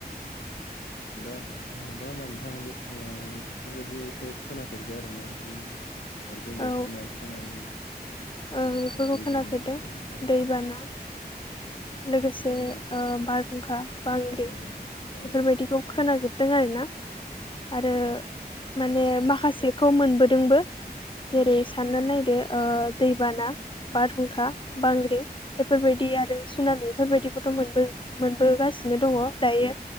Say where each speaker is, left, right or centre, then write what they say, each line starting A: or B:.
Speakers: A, on the left; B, on the left.
A: <inaudible> दा ओ दा होमबा नोंथाङा बे ओ बेफोरबायदिखौ खोनाफेरबाय आरोना बिदिनो। अरगें बे
B: औ
A: फुनाय सुनामि <inaudible>
B: ओं बेफोरखौ
A: ओ दैबाना
B: खोनाफेरदों
A: औ।
B: दैबाना लोगोसे
A: औ बांग्रि
B: ओ बारहुंखा, बांग्रि
A: औ
B: बेफोरबायदिखौ
A: औ औ
B: खोनाजोबदों आरोना आरो माने माखासे खौ मोनबोदोंबो जेरै
A: औ
B: साननानै नायदो ओ दैबाना बारहुंखा बांग्रिं बेफोरबायदि आरो सनाामि बेफोरबायदिखौथ' मोनबो मोनबोगासिनो दङ। दायो